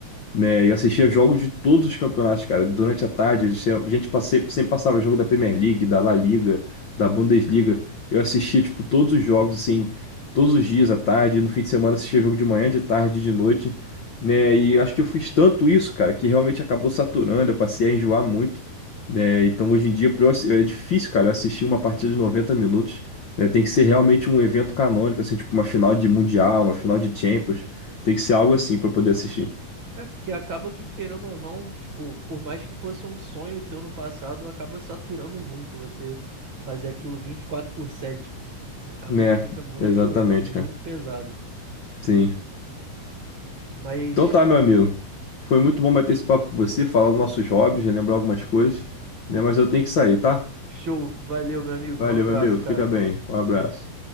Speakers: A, on the left; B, on the right.
A: né? Eu assistia jogos de todos os campeonatos, cara. Durante a tarde, a gente a gente passe- sempre passava jogo da Premier League, da La Liga, da Bundesliga. Eu assistia, tipo, todos os jogos, assim, todos os dias à tarde. No fim de semana, assistia jogo de manhã, de tarde, de noite, né? E acho que eu fiz tanto isso, cara, que realmente acabou saturando. Eu passei a enjoar muito, né? Então, hoje em dia, pra eu assi- é difícil, cara, eu assistir uma partida de noventa minutos. né? Tem que ser realmente um evento canônico, assim, tipo uma final de Mundial, uma final de Champions. Tem que ser algo assim pra eu poder assistir.
B: É porque acaba que, querendo ou não, tipo, por mais que fosse um sonho teu no passado, acaba saturando muito você fazer aquilo 24 por 7 tipo, acaba
A: Né,
B: que fica muito,
A: exatamente,
B: muito
A: cara.
B: pesado.
A: Sim.
B: Mas
A: Então tá, meu amigo. Foi muito bom bater esse papo com você, falar dos nossos hobbies, relembrar algumas coisas, né? Mas eu tenho que sair, tá?
B: show, valeu, meu amigo.
A: Valeu,
B: Um abraço,
A: meu amigo.
B: cara.
A: Fica bem. Um abraço.